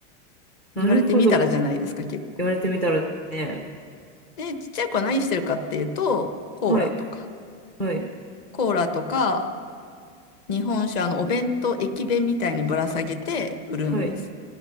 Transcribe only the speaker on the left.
言われてみたらじゃないですか、結構。
で、ちっちゃい子は何してるかっていうと、コーラとか、
コーラとか、日本酒、あの、お弁当、駅弁みたいにぶら下げて売るんです。